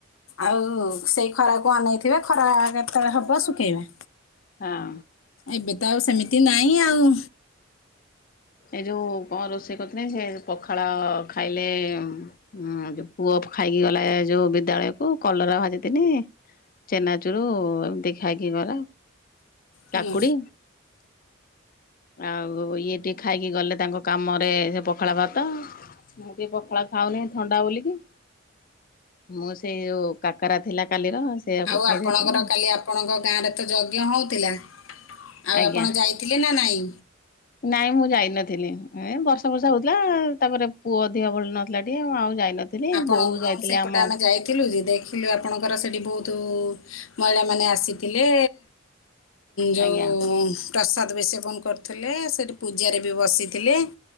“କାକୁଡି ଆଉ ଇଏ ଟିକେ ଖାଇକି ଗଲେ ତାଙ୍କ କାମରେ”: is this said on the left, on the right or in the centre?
Left